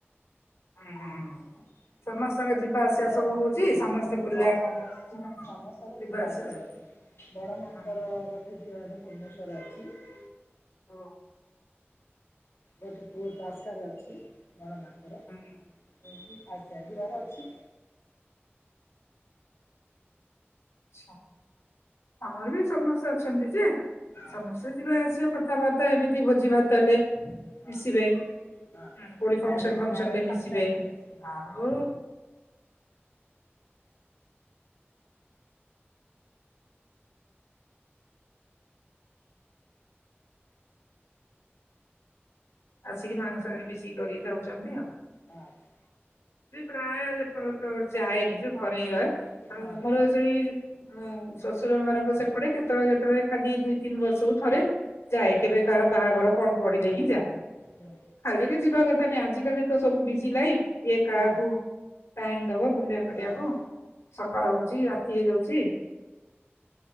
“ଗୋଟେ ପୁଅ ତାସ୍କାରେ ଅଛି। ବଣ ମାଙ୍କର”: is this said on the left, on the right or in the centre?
Left